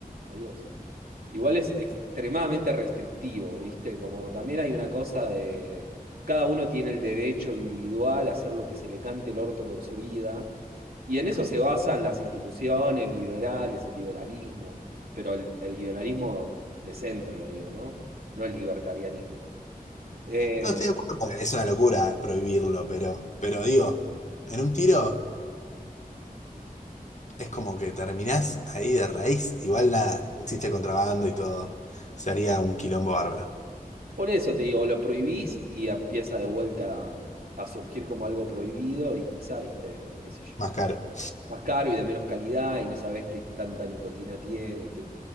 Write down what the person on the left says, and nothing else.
No estoy de acuerdo, porque es una locura prohibirlo, pero, pero digo, en un tiro... Es como que terminás ahí de raíz. Igual la, existe contrabando y todo. Sería un quilombo bárbaro.
Más caro.